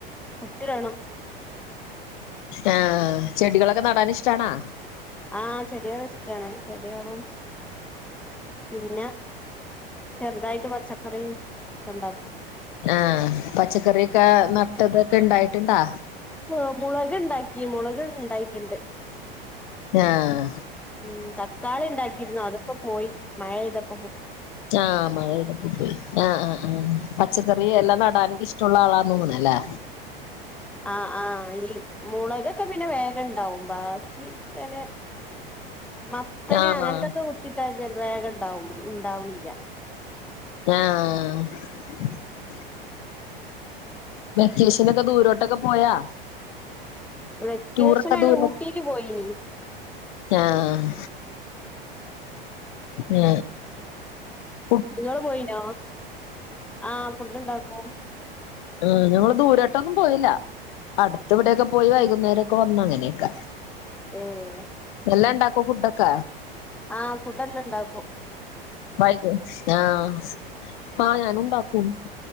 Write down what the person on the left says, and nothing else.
ആഹ് ചെടികളൊക്കെ നടാൻ ഇഷ്ടണാ
ആഹ് പച്ചക്കറിഒക്ക നട്ടത് ഉണ്ടായിട്ടുണ്ടാ
ആഹ്
ആഹ് മഴ ഇവിടെ ഇപ്പ പോയി ആഹ് ആഹ് ആഹ് പച്ചക്കറി ഇ എല്ലാം നടാൻ ഇഷ്ടമുള്ള ആളാന്ന് തോന്നല്ലേ
ആഹ്
ആഹ് വെക്കേഷനൊക്ക ദൂരോട്ടൊക്ക പോയാ
ടൂറൊക്കെ ദൂര
ആഹ് അ ഉം
ആ ഞങ്ങള് ദൂരോട്ടൊന്നും പോയില്ല അടുത്ത് വ്ടേക്കെ പോയി വൈകുന്നേരൊക്ക വന്ന് അങ്ങനേക്ക
എല്ലാം ണ്ടാ പ്പൊ ഫുഡൊക്ക
വൈ <unintelligible> ആഹ് ആഹ് ഞാനു ണ്ടാക്കും